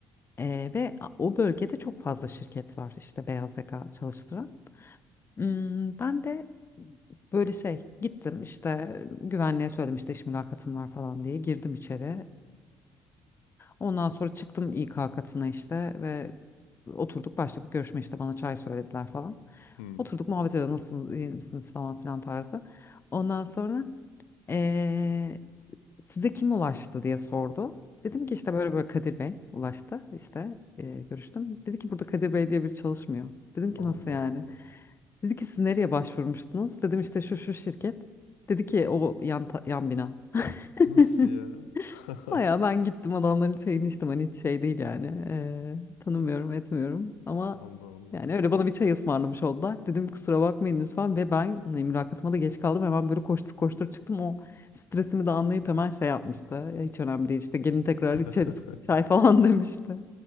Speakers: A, on the left; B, on the left.
A: Ee, ve a- o bölgede çok fazla şirket var işte beyaz yaka çalıştıran. Hmm, ben de böyle şey gittim işte güvenliğe söyledim işte iş mülakatım var falan diye girdim içeri. Ondan sonra çıktım İK katına işte ve oturduk başladık görüşme işte bana çay söylediler falan.
B: Hmm.
A: Oturduk muhabbet ediyoruz nasılsınız iyi misiniz falan filan tarzı. Ondan sonra eee, size kim ulaştı diye sordu. Dedim ki işte böyle böyle Kadir Bey ulaştı işte eee, görüştüm. Dedi ki burada Kadir Bey diye biri çalışmıyor. Dedim ki
B: Allah
A: nasıl yani?
B: Allah.
A: Dedi ki siz nereye başvurmuştunuz? Dedim işte şu şu şirket. Dedi ki o yan, ta- yan bina. <laughs>
B: Nasıl ya? <laughs>
A: Baya ben gittim adamların çayını içtim hani hiç şey değil yani eee, tanımıyorum etmiyorum ama
B: Allah Allah.
A: yani öyle bana bir çay ısmarlamış oldular. Dedim kusura bakmayın lütfen ve ben hani mülakatıma da geç kaldım hemen böyle koştur koştur çıktım o stresimi de anlayıp hemen şey yapmıştı. "Ya hiç önemli değil işte gelin tekrar
B: <laughs>
A: içeriz çay falan <laughs> demişti